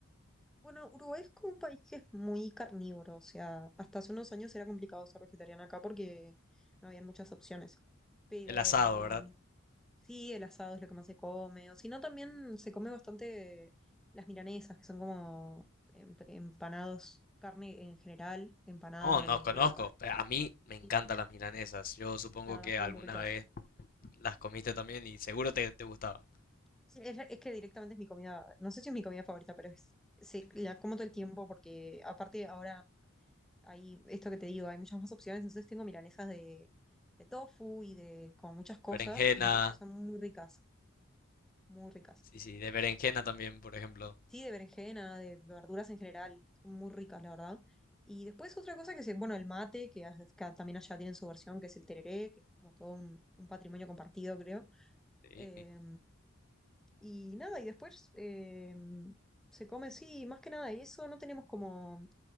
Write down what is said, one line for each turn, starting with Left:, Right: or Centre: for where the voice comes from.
Centre: Bueno, Uruguay es como un país que es muy carnívoro, o sea, hasta hace unos años era complicado ser vegetariana acá porque no había muchas opciones. Pero
Left: El asado, ¿verdad?
Centre: Sí, el asado es lo que más se come. O si no, también se come bastante las milanesas, que son como em- empanados, carne en general, empanada
Left: Oh, no
Centre: de
Left: conozco.
Centre: carne.
Left: pe- A mí me encantan
Centre: Sí,
Left: las milanesas. Yo supongo
Centre: La verdad
Left: que
Centre: es que
Left: alguna
Centre: son muy ricas.
Left: vez las comiste también y seguro te, te gustaban.
Centre: Sí, es, es que directamente es mi comida, no sé si es mi comida favorita, pero es, sí, la como todo el tiempo porque aparte ahora hay esto que te digo, hay muchas más opciones, entonces tengo milanesas de, de tofu y de como muchas cosas
Left: Berenjena,
Centre: y son muy ricas, muy ricas.
Left: sí, sí, de berenjena también, por ejemplo.
Centre: Sí, de berenjena, de verduras en general, son muy ricas, la verdad. Y después otra cosa que se, bueno, el mate, que acá también allá tienen su versión, que es el tereré, que es como todo un, un patrimonio compartido, creo.
Left: Sí,
Centre: Eh, y nada, y después eh, se come, sí, más que nada, y eso no tenemos como